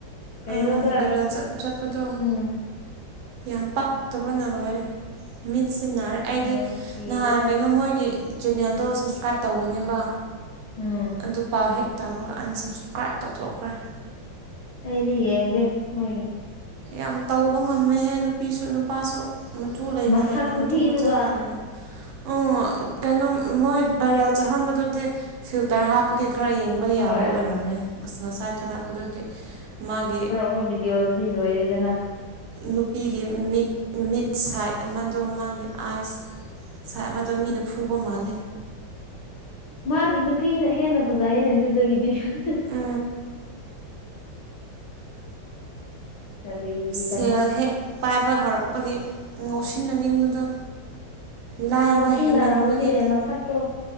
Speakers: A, on the left (about 70°); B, on the right (about 80°).
A: ꯀꯩꯩꯅꯣꯗ
B: ꯑꯪ ꯚꯥꯏꯔꯦꯜ ꯆꯠ ꯆꯠꯄꯗꯣ
A: ꯎꯝ
B: ꯌꯥꯝ ꯄꯥꯛꯇꯕꯅ ꯂꯣꯏꯔꯦ ꯃꯤꯠꯁꯤ ꯅꯥꯔꯦ ꯑꯩꯗꯤ
A: ꯅꯨꯡꯁꯤꯗꯦꯗ
B: ꯅꯍꯥꯟ ꯀꯩꯅꯣ ꯃꯣꯏꯒꯤ ꯆꯦꯟꯅꯦꯜꯗꯣ ꯁꯥꯁꯀ꯭ꯔꯥꯏꯞ ꯇꯧꯕꯅꯦꯕ
A: ꯎꯝ
B: ꯑꯗꯨ ꯄꯥꯎ ꯍꯦꯛ ꯇꯥꯕꯒ ꯑꯟꯁꯞꯁꯀ꯭ꯔꯥꯏꯞ ꯇꯧꯊꯣꯛꯈ꯭ꯔꯦ
A: ꯑꯩꯗꯤ ꯌꯦꯡꯗꯦ ꯃꯣꯏꯒꯤ
B: ꯌꯥꯝ ꯇꯧꯕ ꯉꯝꯃꯦꯍꯦ ꯅꯨꯄꯤꯁꯨ ꯅꯨꯄꯥꯁꯨ ꯃꯇꯨ ꯂꯩꯅ-ꯂꯩꯅ
A: ꯃꯁꯛ ꯈꯨꯊꯤꯗꯨꯒ
B: ꯃꯇꯨ ꯃꯆꯥ ꯂꯩꯅ-ꯂꯩꯅ ꯑꯣ ꯀꯩꯅꯣꯝ ꯃꯣꯏ ꯚꯥꯏꯔꯦꯜ ꯆꯠꯍꯟꯕꯗꯨꯗꯤ ꯐꯤꯜꯇꯔ ꯍꯥꯞꯄꯒꯤ ꯈꯔ ꯌꯦꯡ ꯕ
A: ꯍꯣꯏ
B: ꯌꯥꯕ ꯑꯣꯏꯔꯝꯃꯦ ꯉꯁ ꯉꯁꯥꯏ ꯊꯥꯒꯠꯄꯗꯨꯗꯤ ꯃꯥꯒꯤ
A: ꯍꯣ ꯕꯤꯗꯤꯑꯣꯗꯨꯗꯤ ꯂꯣꯏꯔꯦꯗꯅ
B: ꯅꯨꯄꯤꯒꯤ ꯃꯤꯛ ꯃꯤꯠ ꯁꯥꯏꯠ ꯑꯃꯗꯣ ꯃꯥꯒꯤ ꯑꯥꯏꯁ ꯁꯥꯏꯠ ꯑꯃꯗꯣ ꯃꯤꯅ ꯐꯨꯕ ꯃꯥꯜꯂꯦ
A: ꯃꯥꯒꯤ ꯅꯨꯄꯤꯅ ꯍꯦꯟꯅ ꯐꯖꯩꯌꯦꯅꯦ ꯑꯗꯨꯗꯒꯤꯗꯤ <unintelligible>
B: ꯑ
A: ꯀꯔꯤꯒꯤꯗꯃꯛ
B: ꯁꯦꯜ ꯍꯦꯛ ꯄꯥꯏꯕ ꯍꯧꯔꯛꯄꯒꯤ ꯉꯥꯎꯁꯤꯟꯅꯅꯤꯡꯕꯗꯣ ꯂꯥꯏꯑꯕ
A: ꯉꯧꯁꯤꯟꯅꯔꯝꯒꯅꯤꯅꯦ
B: ꯍꯦꯟꯃꯟꯕꯒꯤ
A: ꯃꯁꯛꯇꯣ